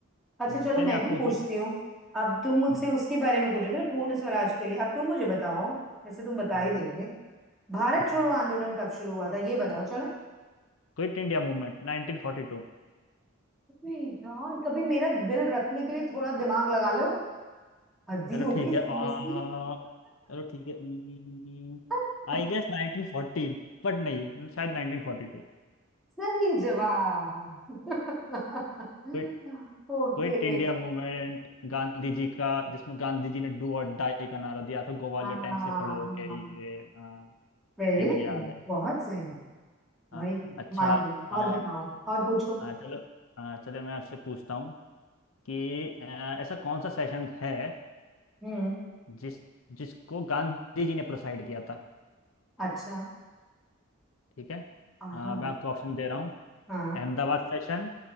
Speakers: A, in the centre; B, on the left (about 75°).
A: अच्छा
B: हम्म,
A: चलो
B: चलिए
A: मैं
B: आप
A: भी
B: पूछ
A: पूछती
B: लीजिए
A: हूँ अब तुम मुझसे
B: हम्म,
A: उसके बारे में पूछ रहे थे ना पूर्ण स्वराज के लिए अब तुम मुझे बताओ वैसे तुम बता
B: हम्म,
A: ही दोगे भारत
B: हम्म।
A: छोड़ो आंदोलन कब शुरू हुआ था ये बताओ चलो
B: Quit India movement 1942
A: अबे यार कभी मेरा दिल रखने के लिए थोड़ा दिमाग लगा लो हद ही
B: चलो
A: हो
B: ठीक
A: गई सीरियसली
B: है आ, चलो ठीक है हम्म,
A: <laughs>
B: I guess 1914 but नहीं शायद 1942
A: सही जवाब <laughs>
B: Quit
A: ओके
B: quit India movement Gandhi ji का जिसमें गांधी जी ने डू और डाई का नारा दिया था ग्वालियर
A: हाँ
B: टैंक से खड़े होके ये हाँ
A: वेरी
B: ये
A: नाइस
B: मुझे याद है
A: बहुत सही
B: हाँ
A: भाई
B: अच्छा
A: मान गई
B: हाँ
A: और बताओ और पूछो
B: हाँ, चलो हाँ, चलो मैं आपसे पूछता हूँ कि अ, ऐसा कौन सा सेशन है
A: हम्म
B: जिस जिसको गांधी जी ने प्रोसाइड किया था
A: अच्छा
B: ठीक है
A: हाँ
B: अ, मैं आपको ऑप्शन दे रहा हूँ
A: हाँ
B: Ahmedabad session